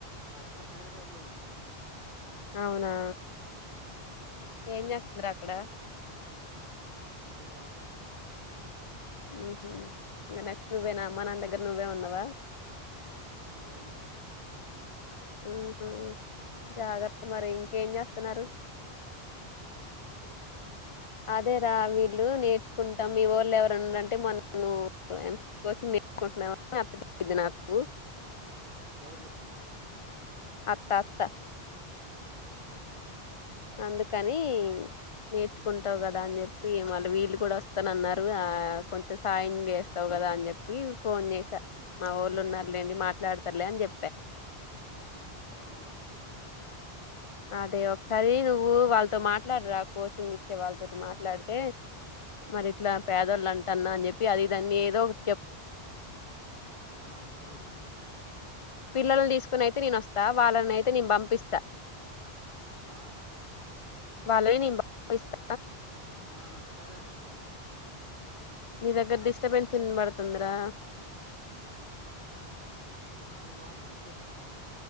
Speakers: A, on the right; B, on the left.
A: అక్క హైదరాబాద్లో ఉందక్క.
B: అవునా
A: ఉమ్
B: ఏం చేస్తుతుందిరా అక్కడ
A: అక్కడ జాబ్ చేస్తుందక్క.
B: మ్ హ్ ఇగ నెక్స్ట్ నువ్వేనా
A: ఉమ్
B: అమ్మనాన్న దగ్గర నువ్వే ఉన్నావా
A: ఆ అవును.
B: హ్ హ్ జాగ్రత్త మరి ఇంకేం చేస్తున్నారు.
A: ఉహు
B: అదే రా వీళ్ళు
A: ఏం చేయట్లే
B: నేర్చుకుంటాం మీ వోళ్ళు ఎవరనుంటే మొన్న నువ్ పోయెమ్ కోచింగ్ నేర్చకుంటున్నావ అత్త చెప్పింది నాకు
A: ఎవరు
B: అత్త అత్త.
A: హా
B: అందుకనీ నేర్చుకుంటావ్ గదా అన్ చెప్పి మళ్ళ వీళ్ళు కూడా వస్తనన్నరు ఆ కొంచెం సాయం చేస్తావు గదా అన్ చెప్పి ఫోన్ చేసా మావోళ్ళు ఉన్నార్ లేండి మాట్లాడ్తర్లే అని చెప్
A: మ్ రమ్మనక్క.
B: అదే ఒకసారి నువ్వు వాళ్ళతో మాట్ మాట్లాడ్రా కోచింగ్ ఇచ్చే వాళ్ళతోటి మాట్లాడ్తే మరి ఇట్ల
A: ఉమ్
B: పేదోళ్ళంటన్న అన్ చెప్పి ప్పి అది ఇది అన్ ఏదో ఒ
A: ఆ సరే చెప్తక్క.
B: పిల్లల్ని తీసుకుని అయితే నేను వస్తా వాళ్ళని అయితే నేను పంపిస్తా
A: ఆ
B: వాళ్ళని నేను పంపిస్తా
A: ఆ సరే అక్క పంపిచ్చక్క.
B: నీ దగ్గర డిస్టబెన్స్ ఇన్ బడ్తుందిరా
A: ఆ నేన్ లోనకొచ్చా చెప్పక్క.